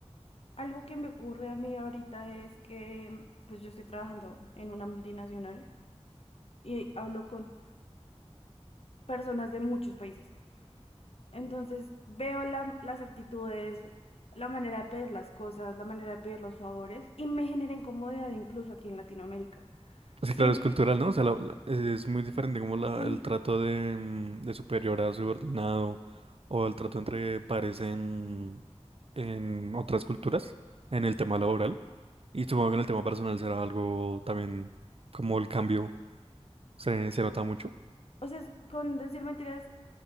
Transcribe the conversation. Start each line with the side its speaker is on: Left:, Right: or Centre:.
Left: algo que me ocurre a mí ahorita es que, pues yo estoy trabajando en una multinacional y hablo con personas de muchos países. Entonces, veo la- las actitudes, la manera de pedir las cosas, la manera de pedir los favores y me genera incomodidad incluso aquí en Latinoamérica.
Right: Sí,
Left: Sin,
Right: claro, es cultural, ¿no? O sea, la- la- es muy diferente como la,
Left: sí,
Right: el trato de, mm, de superior a subordinado o el trato entre pares en, en otras culturas, en el tema laboral. Y supongo que en el tema personal será algo también como el cambio se, se nota mucho.
Left: o sea, es- con decir mentiras